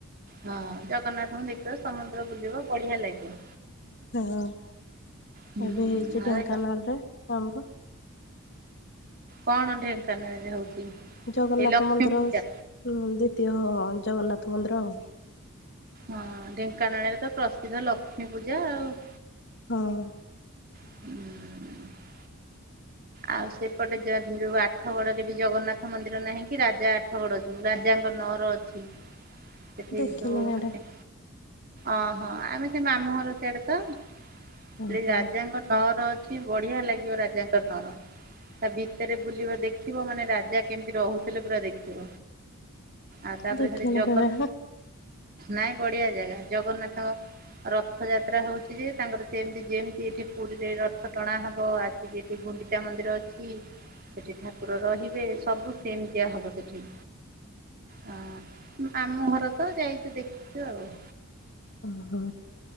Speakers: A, on the right (about 40°); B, on the left (about 55°).
A: ହଁ ଜଗନ୍ନାଥଙ୍କୁ ଦେଖିବ, ସମୁଦ୍ର ବୁଲିବ ବଢିଆ ଲାଗିବ।
B: ହଁ
A: ହୁଁ
B: ଏବେ ହେଇଛି,
A: ଆଉ
B: ଢେଙ୍କାନାଳ
A: ଏଇ
B: ରେ ଆମର।
A: କଣ ଢେଙ୍କାନାଳରେ ହଉଛି?
B: ଜଗନ୍ନାଥ
A: ଏଇ ଲକ୍ଷ୍ମୀ
B: ମନ୍ଦିର
A: ପୂଜା।
B: ଦ୍ଵିତୀୟ ଜଗନ୍ନାଥ ମନ୍ଦିର।
A: ହଁ, ଢେଙ୍କାନାଳରେ ତ ପ୍ରସିଦ୍ଧ ଲକ୍ଷ୍ମୀ ପୂଜା ଆଉ
B: ହଁ।
A: ହୁଁ। ଆଉ ସେପଟେ ଯୋଉ ଆଠଗଡରେ ବି ଜଗନ୍ନାଥ ମନ୍ଦିର ନାହିଁ କି, ରାଜା ଆଠଗଡ। ଯୋଉ ରାଜାଙ୍କ ନର ଅଛି। ସେଠି
B: ଦେଖିନୁ
A: ସବୁ
B: ଇଆଡେ
A: ମେ ଅହୋ ଆମେ ସେ ମାମୁଁ ଘର ସିଆଡେ ତ ସେ
B: ଓହୋ
A: ରାଜାଙ୍କ ନଅର ଅଛି, ବଢିଆ ଲାଗିବ ରାଜାଙ୍କର ହ, ତା ଭିତରେ ବୁଲିବ ଦେଖିବ ମାନେ ରାଜା କେମିତି ରହୁଥିଲେ, ପୁରା ଦେଖିବ। ଆ ତାପରେ
B: ଦେଖିନୁ
A: ସେଠ ଜଖର୍।
B: କେବେ
A: ନାଇଁ ବଢିଆ ଜାଗା, ଜଗନ୍ନାଥଙ୍କ ରଥଯାତ୍ରା ହଉଛି, ଯେ ତାଙ୍କର ସେମିତି ଯେମିତି ଏଠି ପୁରୀରେ ରଥ ଟଣା ହବ ଆସିକି ଶ୍ରୀ ଗୁଣ୍ଡିଚା ମନ୍ଦିର ଅଛି। ସେଠି ଠାକୁର ରହିବେ ସବୁ ସେମତିଆ ହବ ସେଠି। ହଁ ମାମୁଁ ଘର ତ ଯାଇଛୁ, ଦେଖିଛୁ ଆଉ।
B: ଓ ହୋ।